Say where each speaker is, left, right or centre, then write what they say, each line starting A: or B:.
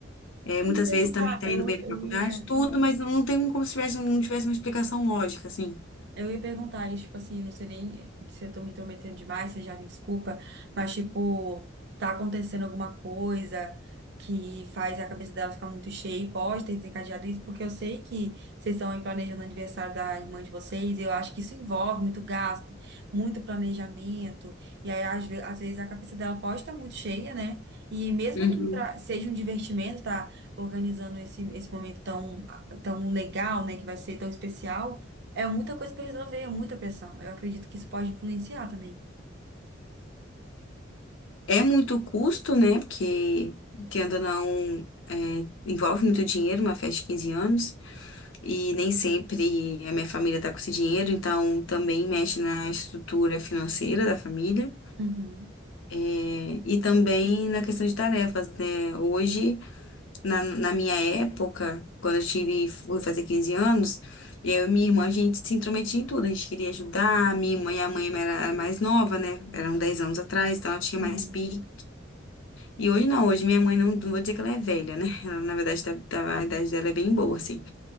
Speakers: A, on the left; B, on the right.
A: É,
B: Eu
A: muitas
B: ia perguntar,
A: vezes também tá
B: eu,
A: indo bem na
B: eu
A: faculdade,
B: ia.
A: tudo, mas não tem um- como se tivesse, não tivesse uma explicação lógica, assim.
B: Eu ia perguntar isso, tipo assim, não sei nem se eu tô me intrometendo demais, você já me desculpa, mas tipo, tá acontecendo alguma coisa que faz a cabeça dela ficar muito cheia e pode ter desencadeado isso, porque eu sei que vocês estão aí planejando o aniversário da irmã de vocês, e eu acho que isso envolve muito gasto, muito planejamento, e aí às, ve- às vezes a cabeça dela pode estar muito cheia, né? E mesmo
A: Uhum.
B: que pra- seja um divertimento, tá organizando esse, esse momento tão, tão legal, né, que vai ser tão especial. É muita coisa pra resolver, é muita pressão. Eu acredito que isso pode influenciar também.
A: É muito custo, né? Porque, querendo ou não, é, envolve muito dinheiro, uma festa de 15 anos, e nem sempre a minha família tá com esse dinheiro, então também mexe na estrutura financeira da família,
B: Uhum,
A: é, e também na questão de tarefas, né? Hoje. na, na minha época, quando eu tive, fui fazer 15 anos, eu e minha irmã, a gente se intrometia em tudo, a gente queria ajudar, minha irmã e a mãe era, era mais nova, né? Eram 10 anos atrás, então ela tinha mais
B: uhum.
A: pique. E hoje não, hoje minha mãe não, não vou dizer que ela é velha, né? <laughs> Ela, na verdade, tá, tá- a idade dela é bem boa, assim.